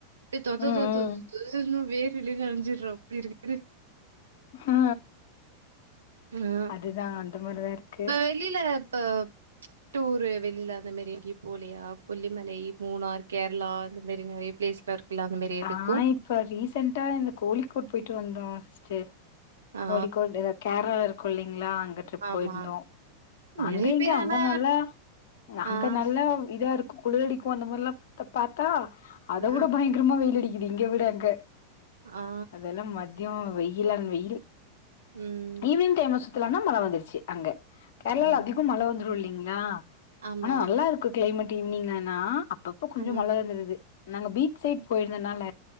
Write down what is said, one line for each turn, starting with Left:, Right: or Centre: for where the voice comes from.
Right: தொத
Left: ம்
Right: தொதோ
Left: ம்
Right: தொதோனு வேர்வைல நெனஞ்சிடறோ அப்டி இருக்
Left: ஆ
Right: ஆ
Left: அதுதா அந்த மாரிதா இருக்கு
Right: வெளில இப்ப ப ட்டூரு வெளில அந்த மாரி எங்கியு போலியா கொல்லிமலை மூணார் கேரளா அந்த மாரி நெறைய பிளேஸ்ல இருக் இல அந்த மாரி
Left: ஆ
Right: எதுக்கு
Left: இப்ப ரீசென்ட்டா இந்த கோழிக்கோட் போயிட்டு வந்தோ சிஸ்டர்
Right: ஆ
Left: கோழிக்கோடு கேரளால இரு கொள்ளிங்களா அங்க ட்ரிப்
Right: ஆமா.
Left: போயிருந்தோ அங்க
Right: நெறைய
Left: இங்க
Right: பேர்
Left: அங்க
Right: ஆனா
Left: நல்லா அங்க
Right: ஆ
Left: நல்லா
Right: ஸ்
Left: இதா இருக்கு குளிரடிக்கு அந்த மாரில்லா பாத்தா அத
Right: ஆ
Left: விட பயங்கரமா வெயில் அடிக்குது இங்க விட அங்க
Right: ஆ
Left: அதென்னா மத்தியோ வெயிலான வெயில்
Right: ம்
Left: ஈவினிங் டைம்ல சுத்தலானா மழ வந்துருச்சு அங்க கேரளால
Right: ஆ
Left: அதிகோ மழ வந்துரு இல்லீங்களா
Right: ஆமா.
Left: ஆனா நல்லா இருக்கு கிளைமேட் ஈவினிங்கான்னா அப்பப்ப கொஞ்ச
Right: ஆ
Left: மல வந்துருது நாங்க பீச் சைட் போயிருந்தனால